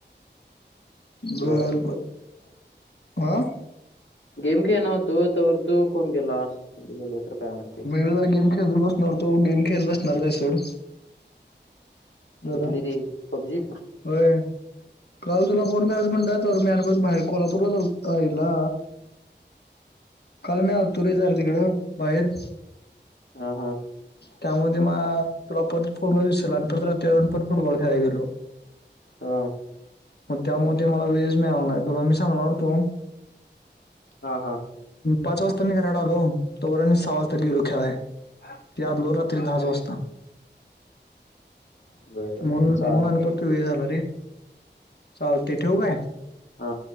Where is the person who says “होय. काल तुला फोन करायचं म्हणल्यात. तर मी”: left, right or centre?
Left